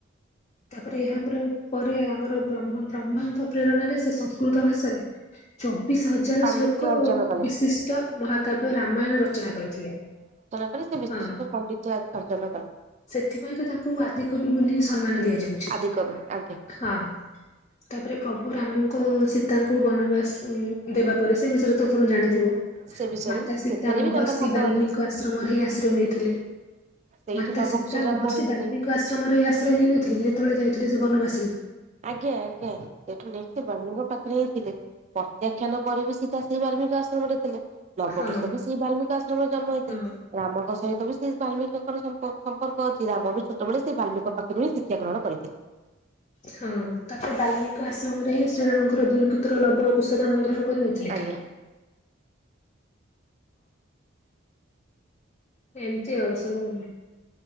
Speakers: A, on the left (about 35°); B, on the right (about 35°).
A: ତାପରେ ଏହା ପରେ ପରେ ଆମର ବ୍ରହ୍ମ-ବ୍ରହ୍ମାଙ୍କ ପ୍ରେରଣାରେ ସେ ସଂସ୍କୃତ ଭାଷାରେ ଚବିଶ ହଜା ବିଚାର
B: ପାଣ୍ଡିତ୍ୟ
A: ଶ୍ଳୋକ
B: ଅର୍ଜନ କଲେ
A: ବିଶିଷ୍ଟ ମହାକାବ୍ୟ ରାମାୟଣ ରଚନା କରିଥିଲେ।
B: ପରେ ସେ ବିଶିଷ୍ଟ
A: ହଁ
B: ପଣ୍ଡିତ ଅର୍ଜନ କଲେ।
A: ସେଥିପାଇଁ ତ ତାଙ୍କୁ ଆଦିକବି ବୋଲି ସମ୍ମାନ ଦିଆଯାଉଛି।
B: ଆଦି କବି ଆଜ୍ଞା
A: ହଁ। ତାପରେ ପ୍ରଭୁ ରାମଙ୍କୁ ସୀତାଙ୍କୁ ବନବାସ ଦେବା ପରେ ସେ ବିଷୟରେ ତ ତମେ ଜାଣିଥିବ?
B: ସେ ବିଷୟରେ
A: ମାତା
B: ବି
A: ସୀତା
B: ସେଥିରେ
A: ମହର୍ଷି
B: ବି ତାଙ୍କର ହାତ
A: ବାଲ୍ମୀଙ୍କ
B: ଅଛି।
A: ଆଶ୍ରମରେ ହିଁ ଆଶ୍ରୟ ନେଇଥିଲେ।
B: ସେଇଠି
A: ମାତା
B: ନବକୁଶ
A: ସୀତା
B: ଜନ୍ମ
A: ମହର୍ଷି
B: ହେଇଥିଲେ
A: ବାଲ୍ମୀିକ ଆଶ୍ରମରେ ଆଶ୍ରୟ ନେଇ ନଥିଲେ ଯେତେବେଳେ ଯାଇଥିଲେ ସେ ବନବାସକୁ?
B: ଆଜ୍ଞା ଆଜ୍ଞା ସେଇଠୁ ନେଇକି <unintelligible> ଙ୍କ ପାଖ ରୁଥିଲେ ପ୍ରତ୍ୟାଖ୍ୟାନ ପରେ ବି ସିତା ସେଇ ବାଲ୍ମିକ ଆଶ୍ରମରେ ଥିଲେ। ଲବ
A: ହଁ
B: କୁଶ ବି ସେଇ ବାଲ୍ମିକୀ ଆଶ୍ରମରେ ଜନ୍ମ ହେଇଥିଲେ।
A: ହଁ
B: ରାମଙ୍କ ସହିତ ବି ସେ ବାଲ୍ମିକଙ୍କର ସମ୍ପର୍କ ଅଛି। ରାମ ବି ଛୋଟବେଳେ ସେ ବାଲ୍ମୀଙ୍କ ପାଖରୁ ହିଁ ଶିକ୍ଷା ଗ୍ରହଣ କରିଥିଲେ।
A: ହଁ ତାପରେ ବାଲ୍ମିକଙ୍କ ଆଶ୍ରମରେ ହିଁ ଶ୍ରୀରାମଙ୍କର ଦୁଇ ପୁ ତ୍ର ଲବ କୁଶ ଜନ୍ମଗ୍ରହଣ କରିନଥିଲେ
B: ଆଜ୍ଞା
A: କି? ଏମିତି ଆଉ ସବୁ।